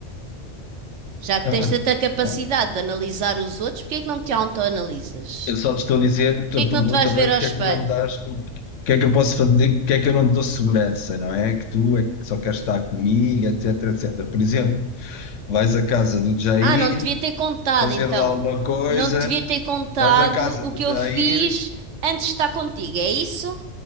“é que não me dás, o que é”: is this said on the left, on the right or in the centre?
Left